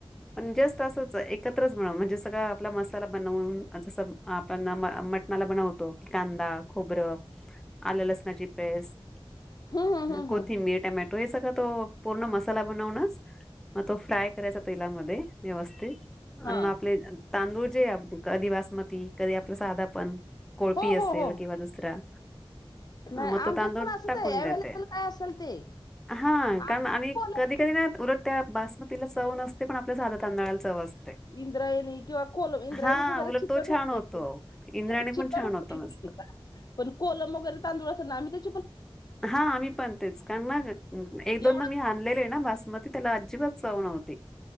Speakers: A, in the centre; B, on the left (about 45°).
A: पण जस्ट असच एकत्रच बन, म्हणजे सगळं आपला मसाला बनवून जसं आपण मटणाला बनवतो, की कांदा, खोबरं, आलं लसणाची पेस्ट
B: हं, हं, हं,
A: कोथिंबीर
B: हं.
A: टमॅट रुई सका तो पूर्ण मसाला बनवूनच, मग तो फ्राय करायचा तेलामध्ये व्यवस्थित. -
B: हां.
A: आणि म आपले इथं- तांदूळचेे जे आधि वा <unintelligible> मती कधी आपला साधा पण. कोळपी
B: हो,
A: असेल
B: हो, हो.
A: किंवा दुसरा-
B: नाही
A: ह मग
B: आमच्यात
A: तो तांदूळ
B: पण असंच
A: टाकून
B: आहे.
A: देते.
B: अवेलेबल काय असेल ते.
A: हा
B: आमच्यात
A: -कारण आणि
B: कोलम
A: कधी कधी ना उलट- त्या बासमतीला चव नसते. पण आपल्या साध्या तांदळाला चव असते.
B: इंद्रायणी किंवा कोल इंद्रायणीच
A: हा
B: जरा
A: उलट
B: चीक
A: तो
B: -
A: छान होतो. इंद्राणी
B: चट
A: पण छान
B: होत
A: होतो मस्त
B: पण कोलम वगैरे तांदूळ असेल ना म ते
A: हा, आम्ही पण तेच कारण ना एक
B: एवढं
A: दोन दा मी आणलेले ना बस म ती त्याला अजिबात चाव नव्हती.